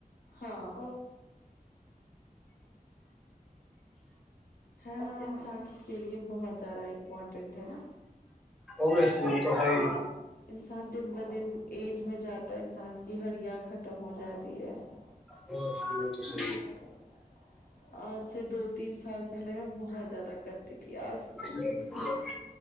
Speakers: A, on the left (about 80°); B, in the centre.
A: ہاں ہیلتھ انسان کے لیے بہت زیادہ امپورٹنٹ ہے نا
B: تویسے تو ہےائی <unintelligible>
A: انسان دن ب دن ایج میں جاتا ہے انسان کی ہڑیا ختم ہو جاتی ہے <unintelligible>
B: ا سام تو <unintelligible>
A: ا <unintelligible> آج سے دو تین سال پہلے میں بہت زیادہ کرتی تھی آج
B: ج <unintelligible>